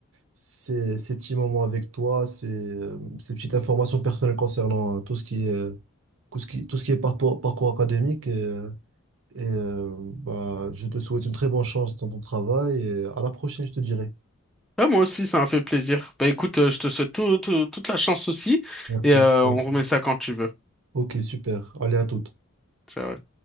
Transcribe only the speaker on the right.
ces, ces petits moments avec toi, ces, euh, ces petites informations personnelles concernant euh, tout ce qui est, euh, tout ce qui, tout ce qui est parcours, parcours académique. Et, euh, et, euh, bah, je te souhaite une très bonne chance dans ton travail et euh, à la prochaine, je te dirai.
Merci.
Merci.
Ok, super. Allez, à toute.